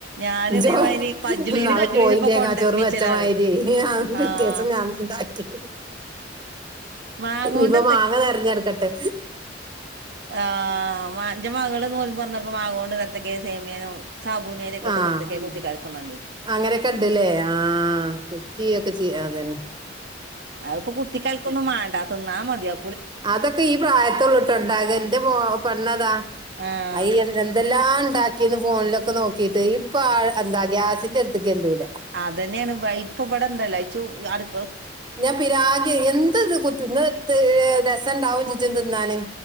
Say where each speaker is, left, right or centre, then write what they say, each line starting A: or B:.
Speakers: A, on the right; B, on the right.
A: ഞാന്
B: ജോാള്
A: ഇതേമാതിരി കജ്ജ്ണീന് കജ്ജ്ണീന്
B: കോയിന്റെക്കാ
A: ഇപ്പൊ കൊണ്ടൽപ്പിച്ചലാണ്
B: ചോറ് മെച്ചമായിരി പിറ്റേ
A: ആഹ്
B: ഉണ്ടാക്കി
A: മാങ്ങോണ്ട്
B: ഇപ്പ മാങ്ങ നിറഞ്ഞർക്കട്ടെ
A: ആ അറെ മകള് നോ പററന്നപ്പോ മകൊണ്ട് രത്തക്ക സേമിയാനോ സാബു നേരെ കെട്ടത്തക്കെ
B: ആഹ്
A: കുത്തിക്കാലക്കൊണ്ട
B: അങ്ങനെയൊക്കെ ഇണ്ടല്ലേ ആ കുക്കി ഒക്കെ ചെയ അതന്നെ
A: അത്പ്പോൊ കുത്തി കാലത്ത ഒന്നും മണ്ടാ തിന്നാ മതിയാ
B: അതൊക്കെ ഈ പ്രായത്തള്ളിട്ടുണ്ടാക എന്റെ പെണ്ണതാ
A: ആഹ്
B: അ എന്ത എല്ലാം ഉണ്ടാക്കിന്ന് ഫോണിലൊക്കെ നോക്കിട്ട് ഇപ്പ എന്താ ഗ്യാസിന്റെ അടുത്തേക്ക് എല്ലൂല
A: അതന്നെയാണ് ഇപ്പ ഇവിടെ എന്തല്ലച്ച അടു
B: ഞാൻ പിരാഗെം എന്ത് ഇത് കുത്തി ഇന്ന് രസംുണ്ടാവും ചിറ്റി എന്ത്ന്നാനൻ